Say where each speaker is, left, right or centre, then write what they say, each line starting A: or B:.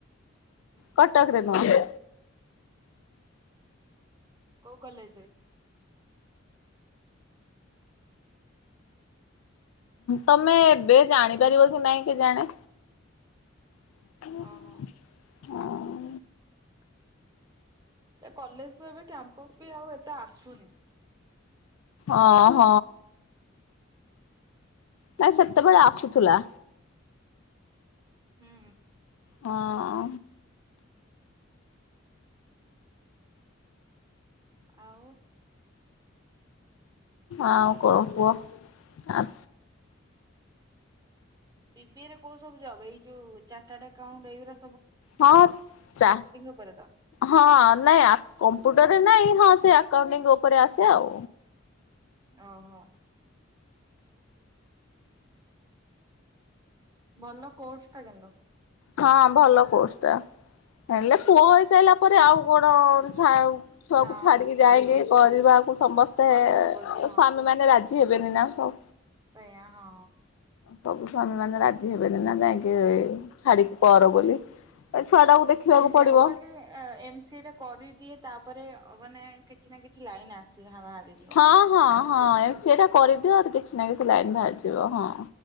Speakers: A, on the left; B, on the right.
A: କଟକରେ ନହେଲେ
B: କୋଉ କଲେଜ ରେ?
A: ତମେ ଏବେ ଜାଣିପାରିବ କି ନାଇଁ କି ଜାଣେ? <unintelligible>
B: ଓହୋ ଏ କଲେଜକୁ ଏବେ କ୍ୟାମ୍ପସ ବି ଆଉ ଏତେ ଆସୁନି
A: ଅ ହ ନାଇ ସେତେବେଳେ ଆସୁଥୁଲା।
B: ହୁଁ।
A: ହଁ।
B: ଆଉ
A: ଆଉ କଁ କୁହ ଆ।
B: ବିବିରେ କୋଉ ସବୁ ଯବ ଏଇ ଯୋଉ ଚାଟାଟ ଆକାଉଣ୍ଟ ଏଇ ଗୁରା
A: ହଁ ଚା
B: ଉପରେ ତ
A: ହଁ ନାଇଁ ଆ କମ୍ପ ଡରେ ନାଇଁ ହଁ ସେ ଆକାଉଣ୍ଟିଂ ଉପରେ ଆସେ ଆଉ।
B: ଓହୋ। ଭଲ କୋର୍ସ ଟା କିନ୍ତୁ।
A: ହଁ ଭଲ କୋର୍ସଟା ହେଲେ ପୁଅ ହେଇସାରିଲା ପରେ ଆଉ କଣ ଛା ଛୁଆକୁ
B: ହଁ
A: ଛାଡିକି
B: ସେୟା
A: ଯାଇକି
B: ନୁହେଁ
A: କରିବାକୁ ସମସ୍ତେ
B: କରିହବ
A: ଏ
B: କି
A: ସ୍ଵାମୀ ମାନେ ରାଜି ଜିବେନି ନା ହଉ।
B: ସେଇଆ ହଁ।
A: ସବୁ ସ୍ଵାମୀ ମାନେ ରାଜି ହେବେନି ନା ଯାଇକି ଛାଡିକି କର ବୋଲି। ଛୁଆ ଟାକୁ ଦେଖିବାକୁ
B: ମୁଁ ଵି ସେୟା
A: ପଡିବ।
B: ମୁଁ ଭାଲି ଅ ଏମ ସି ଟା କରିଦିଏ ତାପରେ ଉପରେ ଅ ମାନେ କିଛି ନା କିଛି ଲାଇନ୍ ଆସ ଚିହା ବାହାରିଯିବ।
A: ହଁ ହଁ ହଁ ସେଇଟା କରିଦିଅ କିଛି ନା କିଛି ଲାଇନ୍ ବାହାରିଛି। ଯିବ ହଁ।